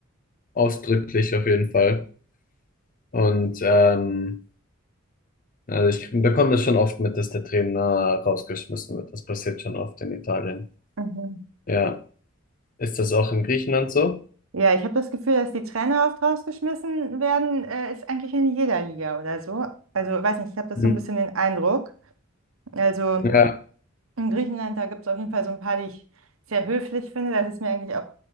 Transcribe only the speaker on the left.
ausdrücklich auf jeden Fall. Und ähm, Also ich bekomme das schon oft mit, dass der Trainer rausgeschmissen wird. Das passiert schon oft in Italien.
Ja. Ist das auch in Griechenland so?
Mhm.
Ja,